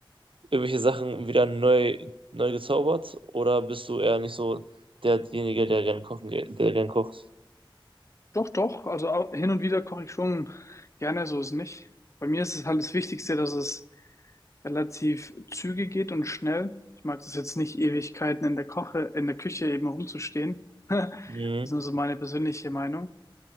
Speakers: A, on the right; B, on the left.
A: irgendwelche Sachen wieder neu, neu gezaubert oder bist du eher nicht so derjenige, der gern kochen geht, der gern kocht?
B: Doch, doch. Also au- hin und wieder koche ich schon gerne, so ist nicht. Bei mir ist es halt das Wichtigste, dass es relativ zügig geht und schnell. Ich mag das jetzt nicht, Ewigkeiten in der Koche, in der Küche eben rumzustehen. <laughs>
A: Mhm.
B: Das ist nur so meine persönliche Meinung.